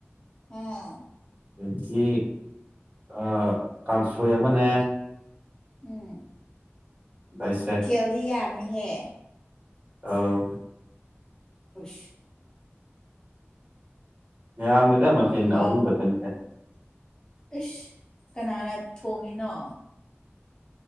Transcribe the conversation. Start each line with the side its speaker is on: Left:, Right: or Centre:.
Left: ꯑꯥ
Right: ꯑꯗꯒꯤ ꯑꯥ ꯀꯥꯡꯁꯣꯏ ꯑꯃꯅꯦ
Left: ꯎꯝ
Right: ꯗꯥꯏꯁꯦꯛ
Left: ꯃꯊꯦꯜꯗꯤ ꯌꯥꯝꯃꯤꯍꯦ
Right: ꯑꯥꯎ
Left: ꯎꯁ
Right: ꯌꯝꯗꯦꯗ ꯃꯊꯦꯟ
Left: ꯍꯥꯎ
Right: ꯑꯍꯨꯝ ꯈꯛꯇꯅꯤꯗ
Left: ꯏꯁ ꯀꯅꯥꯅ ꯊꯣꯡꯉꯤꯅꯣ